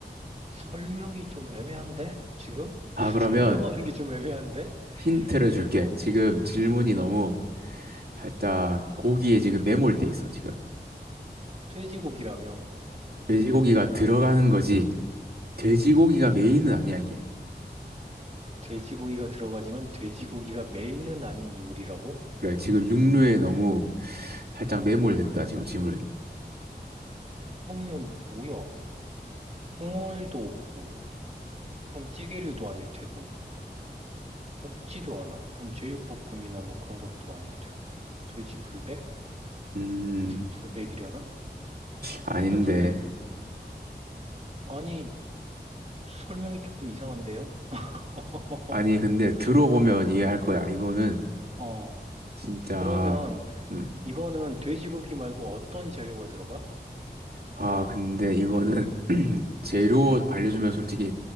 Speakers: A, on the right; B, on the right.
A: 설명이 좀 애매한데? 지금? <laughs>
B: 아, 그러면
A: 설명하는 게 좀 애매한데?
B: 힌트를 줄게.
A: 잠깐만.
B: 지금 질문이 너무 살짝 고기에 지금 매몰돼 있어, 지금.
A: 돼지고기라며.
B: 돼지고기가 들어가는 거지. 돼지고기가 메인은 아니야, 이게.
A: 돼지고기가 들어가지만 돼지고기가 메인은 아닌 요리라고?
B: 그래, 지금 육류에 너무 살짝 매몰됐다, 지금 질문은.
A: 그러면 뭐야? 국물도 없고, 그럼 찌개류도 아닐 테고, 볶지도 않아. 그럼 제육볶음이나 뭐 그런 것도 아닐 테고. 돼지 불백?
B: 음.
A: 불백이려나? 어,
B: 아닌데.
A: 근데 불백, 아니, 설명이 조금 이상한데요? <laughs>
B: 아니, 근데 들어보면 이해할 거야. 이거는
A: 어,
B: 진짜,
A: 그러면
B: 음.
A: 이거는 돼지고기 말고 어떤 재료가 들어가?
B: 아, 근데 이거는 <clears throat> 재료 알려주면 솔직히